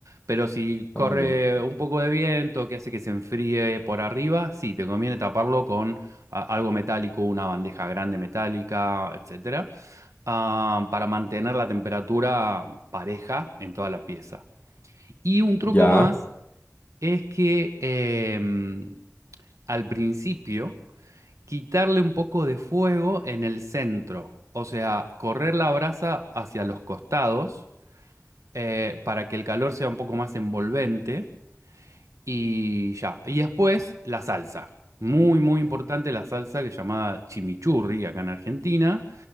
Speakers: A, on the right; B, on the left.
A: Pero si corre
B: Ah, ya.
A: un poco de viento que hace que se enfríe por arriba, sí, te conviene taparlo con a- algo metálico, una bandeja grande metálica, etcétera, ah, para mantener la temperatura pareja en toda la pieza. Y un truco
B: Ya,
A: más es que em, al principio quitarle un poco de fuego en el centro, o sea, correr la brasa hacia los costados eh, para que el calor sea un poco más envolvente y ya. Y después la salsa. Muy, muy importante la salsa que es llamada chimichurri acá en Argentina,